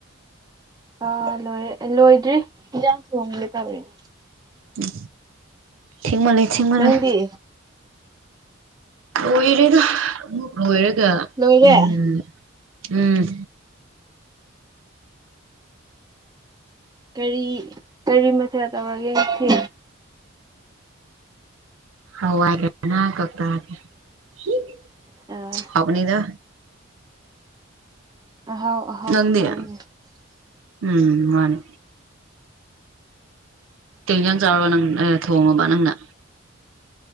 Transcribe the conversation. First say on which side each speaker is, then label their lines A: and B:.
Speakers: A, on the right (about 20°); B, on the right (about 70°).
A: ꯑꯥ ꯂꯣꯏꯔꯦ ꯂꯣꯏꯗ꯭ꯔꯤ ꯌꯦꯟꯁꯥꯡ ꯊꯣꯡꯒꯦ ꯇꯧꯔꯤꯅꯦ
B: ꯎꯝ ꯊꯦꯡꯃꯜꯂꯦ ꯊꯦꯡꯃꯜꯂꯦ
A: ꯅꯪꯗꯤ
B: ꯂꯣꯏꯔꯦꯗ ꯑꯃꯨꯛ ꯂꯣꯏꯔꯒ
A: ꯂꯣꯏꯔꯦ
B: ꯎꯝ ꯎꯝ
A: ꯀꯔꯤ ꯀꯔꯤ ꯃꯊꯦꯜ ꯇꯧꯔꯒꯦ ꯉꯁꯤ
B: <unintelligible>
A: ꯑ
B: ꯐꯕꯅꯤꯗ
A: ꯑꯍꯥꯎ ꯑꯍꯥꯎꯕ
B: ꯅꯗꯤꯤ
A: ꯆꯥꯏꯅꯦ
B: ꯎꯝ ꯃꯥꯅꯦ ꯇꯦꯡꯖꯪ ꯆ ꯆꯥꯎꯔꯒ ꯅꯪ ꯊꯣꯡꯉꯕ ꯅꯪꯅ